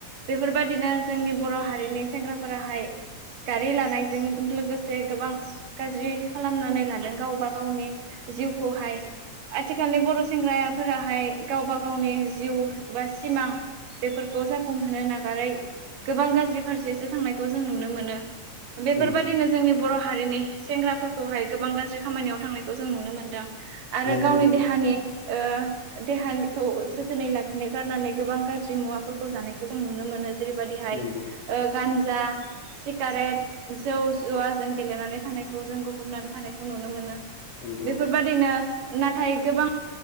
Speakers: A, on the right; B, on the left.
A: बेफोरबायादिनो जोंनि बर' हारिनि सेंग्राफोराहाय गारि लानायजों लोगोसे गोबां गाज्रि खालामनानै लादों गावबा गावनि जिउखौहाय आथिखालनि बर' सेंग्रायाफोराहाय गावबा गावनि जिउ बा सिमां बेफोरखौ जाफुंहोनो नागारै गोबां गाज्रि फारसेसो थांनायखौ जों नुनो मोनो। बेफोरबायदिनो
B: नंगौ
A: जोंनि बर' हारिनि सेंग्राफोरखौहाय गोबां गाज्रि खामानियाव थांनायखौ जों नुनो मोनदों। आरो
B: नंगौ
A: गावनि
B: नंगौ नोंथां
A: देहानि ओ देहानिखौ जोथोनै लाखिनो गारनानै गोबां गाज्रि मुवाफोरखौ जानायखौ जों नुनो मोनो जेरैबायदिहाय
B: नंगौ
A: ओ गानजा सिगारेट जौ जुवाजों गेलेनानै थानायखौ जों गफबनानै थानायखौ नुनो मोनो।
B: नंगौ
A: बेफोरबादिनो नाथाय गोबां